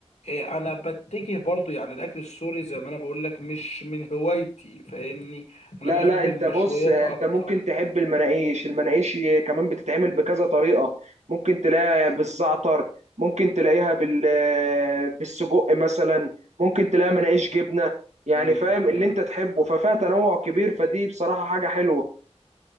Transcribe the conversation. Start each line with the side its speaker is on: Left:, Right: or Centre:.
Left: إيه انا بتجه برضو يعني الاكل السوري زي ما انا بقول لك مش من هوايتي فاهمني
Right: لا
Left: انا بحب
Right: لا انت
Left: المشويات
Right: بص انت
Left: اكتر
Right: ممكن تحب المناقيش المناقيش كمان بتتعمل بكذا طريقة ممكن تلاقيها بالزعتر ممكن تلاقيها بال بالسجق مثلا ممكن تلاقيها مناقيش جبنة يعني
Left: مم،
Right: فاهم اللي
Left: مم.
Right: انت تحبه ففيها تنوع كبير فدي بصراحة حاجة حلوة